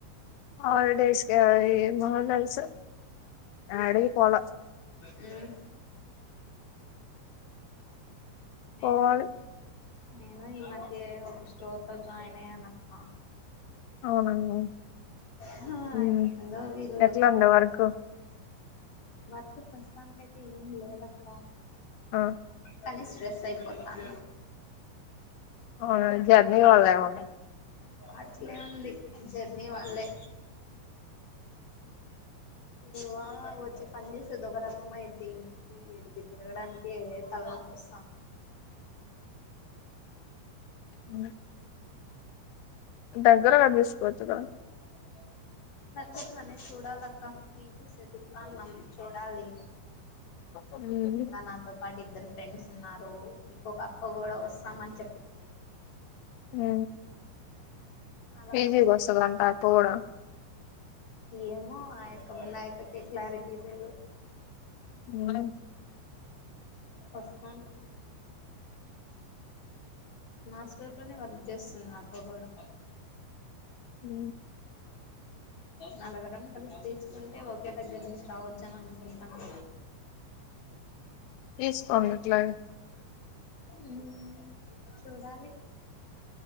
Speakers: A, on the left (about 80°); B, on the left (about 50°).
A: హాలిడేస్ క ఏమోడల్స్ అడికి పోల
B: మ్మ్ నేను
A: పోవాలి
B: ఇన్ నేను ఇ మద్ ద్యే ఒక స్టోర్ లో జాయిన్ అయ్యానక్క
A: అవునండి
B: హ
A: ఉమ్
B: ఏందో వీళ్లకు
A: ఎట్లా ఉంది వర్క్
B: వర్క్ ప్రస్తుతానికి అయితే ఎం లేదక్క
A: ఆ
B: కానీ స్ట్రెస్ అయిపోతాన
A: అవున జర్నీ వళ్ళ ఏమో లే
B: అట్లే ఉంది జర్నీ వళ్ళే ఇగ వచ్చి పని చేసేది ఒక రకమైద్ది ఇంటికి ఇడికి తిరగడానికి ఏ తల్నొప్పోస్థంది
A: మ్ దగ్గర గా చుసుకోవచ్చు కదా
B: అదే దగ్గరగానే చూడాలక్క పిజీ సదువుతన్నం చూడలి
A: ఉమ్
B: క నాతో పాటు ఇద్దరు ఫ్రెండ్స్ ఉన్నారు ఇంకొక అక్క కూడా వస్తామని చెప్ పింది
A: మ్
B: నలుగురం
A: పజీ బస్తులాంటా పోడం
B: ఏమో ఆ యొక్క ముందు ఆయొక్కతే క్లారిటీ లేదు
A: ఉమ్
B: పస్తా మాస్టర్ లోనే వర్క్ చేస్తుంది అక్క కూడా
A: అ
B: నలగరం కలిసి తీసుుకుంటే ఒకే దగ్గర నుంచి రావచ్చు అని అనుకుంటాను
A: పలీస్ కాన్ నట్లా
B: ఉ చూడాలి